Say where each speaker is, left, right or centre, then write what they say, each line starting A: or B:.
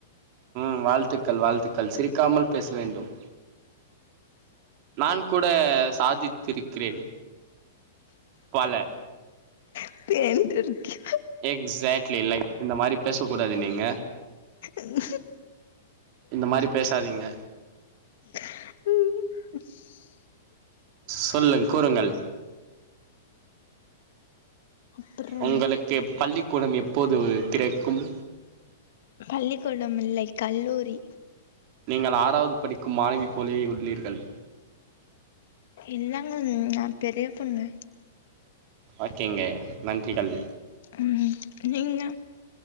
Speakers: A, on the right (about 45°); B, on the left (about 65°).
A: ம் வாழ்த்துக்கள் வாழ்த்துக்கள் சிரிக்காமல் பேச வேண்டும் நான் கூட சாதித்திருக்கிறேன் பல
B: தின்னுட்டேருக்கே
A: எக்ஸாக்ட்லி லைக் இந்த மாதிரி பேசக்க கூடாது நீங்க
B: உம்
A: இந்த மாரி பேசாதிங்க
B: உம்
A: சொல்லுங் கூறுங்கள்
B: அப்புறம்
A: உங்களுக் கு பள்ளிக்கூடம் எப்போது திறக்கும்
B: பள்ளிக்கூடம் இல்லை கல்லூரி
A: நீங்கள் ஆறாவது படிக்கும் மாணவி போலையே உள்ளீர்கள்
B: இல்லங்கூ நா பெரிய பொண்ணு
A: ஓகேங்க நன்றிகள்
B: உம் நீங்க